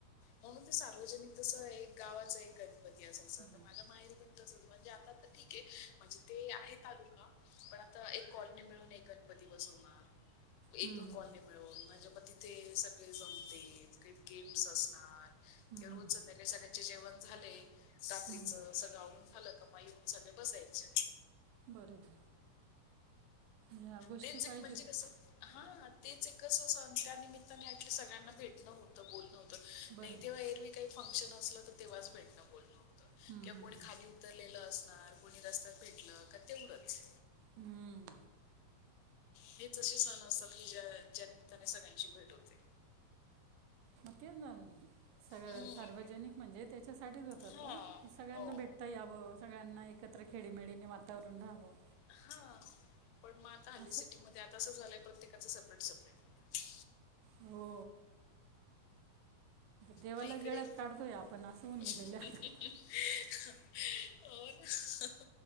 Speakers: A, on the left (about 80°); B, on the right (about 80°).
A: म्हणून ते सार्वजनिक तस एक गावाच एक गणपती असायच
B: हम्म.
A: तर माझ्या माहिरी पण तसच म्हणजे
B: <unintelligible>
A: तर ठीक आहे म्हणजे ते आहे तालुका पण आता एक कॉलनी मिळून एक गणपती बसवणार.
B: हम्म,
A: एक दोन
B: हम्म,
A: कॉलनी मिळवून म्हणजे मग तिथे सगळे जमतील काही गेम्स असणार
B: हम्म,
A: किंवा रोज संध्याकाळी सगळ्यां चे जेवण झाले रात्रीच
B: हम्म.
A: सगळं आवरुन झालं का मग येऊन सगळ्या बसायच्या.
B: बरोबर. या गोष्टी
A: तेच एक
B: पाहिजेत
A: म्हणजे कस हा तेच एक कस त्यानमित्ताने ऍक्च्युली सगळ्यांना भेटण होत बोलणं होत
B: बरोबर
A: नाही तेव्हा एरवी काही फंक्शन असल तर तेव्हाच भेटणं होतं
B: हम्म,
A: किंवा
B: हम्म,
A: कोणी खाली उतरलेलं असणार कोणी रस्त्यात भेटलं का तेवढंच.
B: हम्म.
A: हेच असे सण असतात की ज्या ज्या निमित्ताने सगळ्यांची भेट होते.
B: मग तेच ना सगळ
A: हम्म
B: सार्वजनिक म्हणजे तेच्यासाठीच होतात
A: हा
B: ओ की सगळ्यांना
A: हो
B: भेटता याव स गळ्यांना एकत्र खेडीमेडीने वातावरण राहावं.
A: हा पण म आता हल्ली
B: असं
A: सिटी मध्ये आता असं झालंय प्रत्येकाच सपरेट सपरेट.
B: हो. देवाला
A: म इकडे
B: जेळ्यात काढतोय आपण असं होऊन
A: <unintelligible>
B: गेलेलं आहे आता